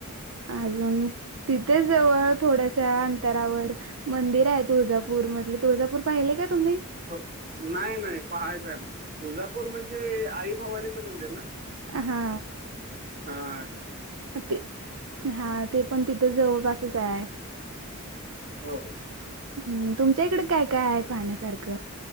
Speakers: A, on the right; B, on the right.
A: अजून तिथेच जवळ थोड्याश्या अंतरावर मंदिर आहे तुळजापूर मधलं. तुळजापूर पाहिले का तुम्ही?
B: हो नाही नाही पहायचंय. तुळजापूर म्हणजे आई भवानीचं मंदिर ना.
A: हा.
B: हा.
A: ते हा ते पण तिथं जवळपासच हाय.
B: हो हो.
A: हम् तुमच्या इकडे काय काय आहे पाहण्यासारखं?